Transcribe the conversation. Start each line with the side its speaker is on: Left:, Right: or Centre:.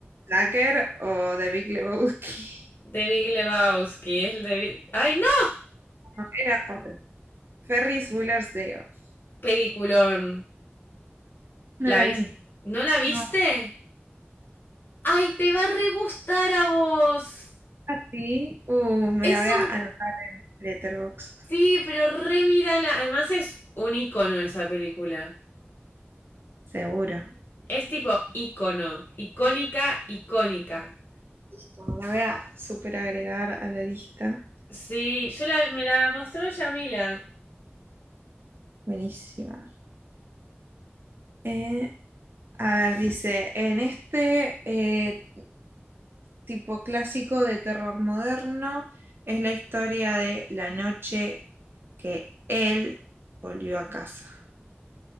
Right: Tucker o The Big Lebowski.
Left: The Big Lebowski, es el de... Big- Ay, no,
Right: No, Era otra. Ferris Bueller's Day Off.
Left: Peliculón.
Right: No
Left: ¿La
Right: la
Left: viste?
Right: vi.
Left: ¿No la viste?
Right: No,
Left: ¡Ay, te va a re gustar a vos!
Right: así. Uh, me
Left: Es
Right: la voy
Left: un.
Right: a anotar en Letterboxd,
Left: Sí, pero re mírala. Además, es un icono esa película.
Right: seguro.
Left: Es tipo icono. Icónica, icónica.
Right: Listo, Me la voy a super agregar a la lista.
Left: Sí, yo la- me la mostró Yamila.
Right: Buenísima. Eh, a ver, dice, en este eh, tipo clásico de terror moderno es la historia de la noche que él volvió a casa.